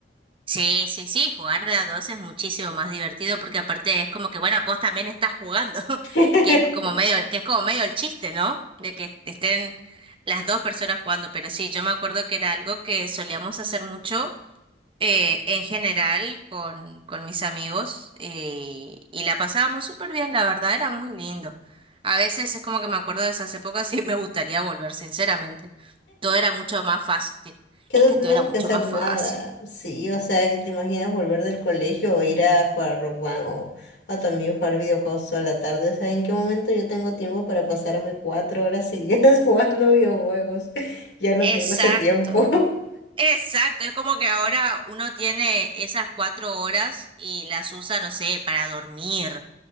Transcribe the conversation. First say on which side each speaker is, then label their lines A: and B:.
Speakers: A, on the right; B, on the left.
A: Sí, sí, sí, jugar de a dos es muchísimo más divertido porque aparte es como que, bueno, vos también estás jugando, <laughs>
B: <laughs>
A: que es como medio, que es como medio el chiste, ¿no? De que estén las dos personas jugando, pero sí, yo me acuerdo que era algo que solíamos hacer mucho eh, en general con, con mis amigos eh, y la pasábamos súper bien, la verdad era muy lindo. A veces es como que me acuerdo de esas épocas y <laughs> me gustaría volver, sinceramente. Todo era mucho más fácil.
B: Que
A: Es
B: no
A: que
B: tenemos
A: todo era mucho
B: que hacer
A: más
B: nada.
A: fácil.
B: Sí, o sea, que te imaginas volver del colegio o ir a jugar Rock Band o a tu amigo jugar videojuegos toda la tarde. O sea, ¿en qué momento yo tengo tiempo para pasarme cuatro horas seguidas <laughs> jugando videojuegos? Ya no
A: Exacto,
B: tengo ese tiempo. <laughs>
A: exacto. Es como que ahora uno tiene esas cuatro horas y las usa, no sé, para dormir.